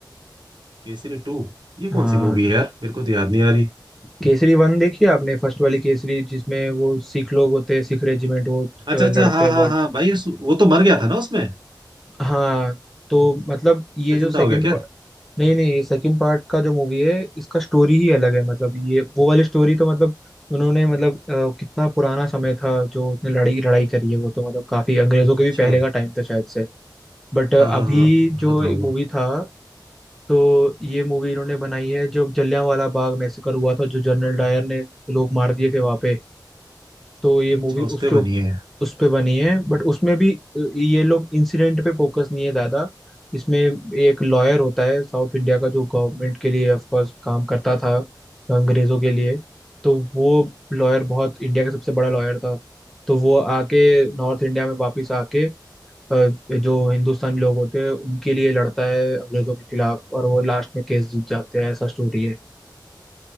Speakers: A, on the right (about 75°); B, in the centre.
A: केसरी टू ये
B: हाँ
A: कौन सी मूवी है यार मेरे को तो याद नहीं आ रही
B: केसरी वन देखी आपने फर्स्ट वाली केसरी जिसमें वो सिख लोग होते हैं सिख रेजिमेंट वो अ,
A: अच्छा
B: लड़ते
A: अच्छा हाँ
B: हैं
A: हाँ हाँ भाई उस, वो तो मर गया था ना उसमें
B: हाँ तो मतलब ये
A: फिर
B: जो
A: जिंदा
B: सेकंड
A: हो गया क्या
B: पार्ट नहीं नहीं ये सेकंड पार्ट का जो मूवी है इसका स्टोरी ही अलग है मतलब ये वो वाली स्टोरी तो मतलब उन्होंने मतलब अ, कितना पुराना समय था जो उसने लड़ाई लड़ाई करी है वो तो मतलब काफी अंग्रेजों के
A: अच्छा
B: भी पहले का टाइम था शायद से बट अभी
A: हाँ हाँ हाँ पुराना
B: जो
A: था वो
B: मूवी था तो ये मूवी इन्होंने बनाई है जब जलियांवाला बाग मैसेकर हुआ था जो जनरल डायर ने लोग मार दिए थे वहां पे तो ये
A: अच्छा
B: मूवी
A: उस
B: उसके
A: पे
B: उप,
A: बनी है
B: उस पे बनी है बट उसमें भी अ, ये लोग इंसिडेंट पे फोकस नहीं है ज्यादा इसमें एक लॉयर होता है साउथ इंडिया का जो गवर्नमेंट के लिए ऑफ कोर्स काम करता था अंग्रेजों के लिए तो वो लॉयर बहुत इंडिया का सबसे बड़ा लॉयर था तो वो आके नॉर्थ इंडिया में वापस आके अ, जो हिंदुस्तानी लोग होते हैं उनके लिए लड़ता है अंग्रेजों के खिलाफ और वो लास्ट में केस जीत जाते हैं ऐसा स्टोरी है